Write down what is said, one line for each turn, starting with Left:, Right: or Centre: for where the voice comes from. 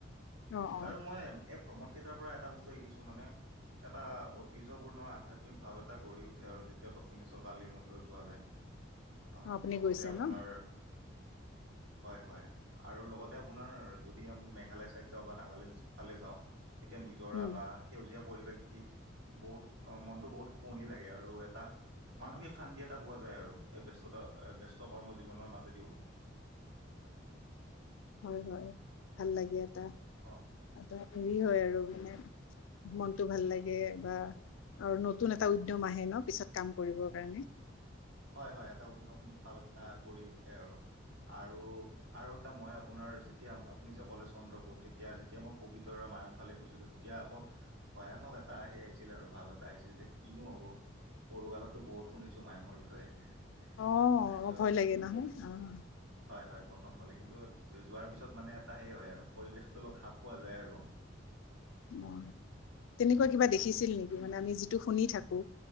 Left: অ
Right: হয়
Left: অ
Right: মই এম এই ভ্ৰমণ ক্ষেত্ৰৰ পৰা এটা বস্তু শিকিছো মানে, এটা ঐতিহ্যপূৰ্ণ আধ্যাত্মিক ভাৱ এটা গঢ়ি উ ঠে আৰু যেতিয়া দক্ষিণেশ্বৰ কালিৰ মন্দিৰত যোৱা যায়। অ
Left: আপুনি
Right: লগতে
Left: গৈছে
Right: আপোনাৰ
Left: ন
Right: হয়', হয়',। আৰু লগতে আপোনাৰ যদি, অম মেঘালয় চাইদ যাওঁ বা নাগালেণ্ডছ ফালে যাওঁ এতিয়া নিজৰা
Left: উম
Right: বা সেউজীয়া পৰিৱেশ দেখি, বহুত অ মনটো বহুত শুৱনি লাগে আৰ। আৰু এটা মানসিক শান্তি এটা পোৱা যায় আৰু, এই ব্যস্ততা এ ব্যস্ত কৰ্ম জীৱনৰ মাজেদিও।
Left: হয়', হয়' ভাল লাগে এটা,
Right: অ
Left: এটা হেৰি হয় আৰু মানে মনটো ভাল লাগে বা আৰু নতুন এটা উদ্যম আহে ন', পিছত কাম কৰিবৰ কাৰণে।
Right: হয়', হয়', এটা উদম ভাৱ এটা গঢ়ি উঠে আৰু আৰু আৰু টা মই আপোনাৰ যেতিয়া আপুনি যে ক'লে, চন্দ্ৰপুৰ তেতিয়া যেতিয়া মই পবিত্ৰৰ মায়ংফালে গৈছিলোঁ তেতিয়া আকৌ ভয়ানহক এটা সে আহিছিল আৰু ভাৱ এটা আহিছিল, যে কিনো হ'ব। সৰু কালততো বহুত খুজিছোঁ মায়ঙৰ বিষয়ে।
Left: অ',
Right: তাৰপিছত
Left: ভয় লাগে নহয় অ'।
Right: হয়', হয়', প্ৰথম গ'লে কিন্তু, জো যোৱাৰ পিছত মানে এটা সেই হয় আৰু পৰিৱেশটো অলপ খাপ খোৱা যায় আৰু।
Left: অ', তেনেকুৱা কিবা
Right: হয়
Left: দেখিছিল নেকি, মানে আমি যিটো শুনি থাকো।